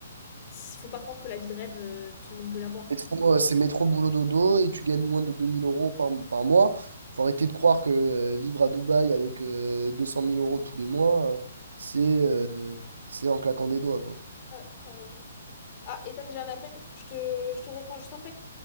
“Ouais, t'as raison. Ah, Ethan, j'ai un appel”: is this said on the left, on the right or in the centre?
Left